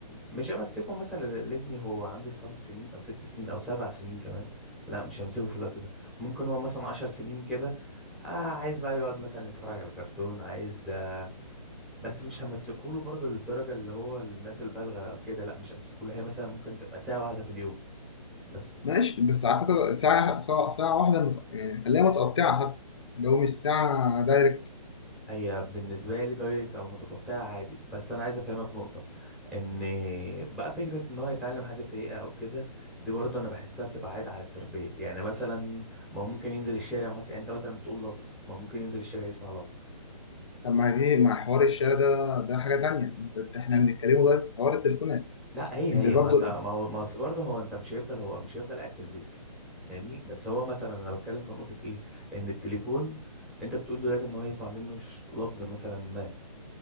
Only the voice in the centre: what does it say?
مش همسكه مثلا ل- لابني هو عنده خمس سنين او ست سنين او سبع سنين كمان لا مش همسكه في الوقت ده ممكن هو مثلا عشر سنين كده آه عايز بقى يقعد مثلا يتفرج على كرتون عايز آه بس مش همسكه له برضه للدرجه اللي هو الناس البالغه او كده لا مش همسكه له هي مثلا ممكن تبقى ساعه واحده في اليوم بس
هي بالنسبة لي دايركت أو متقطعة عادي بس أنا عايز أفهمك نقطة إن بقى فكرة إن هو يتعلم حاجة سيئة أو كده دي برضه أنا بحسها بتبقى عادة على التربية يعني مثلا ما هو ممكن ينزل الشارع مثلا يعني أنت مثلا بتقول لفظة ما هو ممكن ينزل الشارع يسمع لفظة
لا هي
هي
ما أنت ما هو ما أصل برضه هو أنت مش هيفضل هو مش هيفضل قاعد في البيت فاهمني بس هو مثلا أنا بتكلم في نقطة إيه إن التليفون أنت بتقول دلوقتي إن هو هيسمع منه ش- لفظ مثلا ما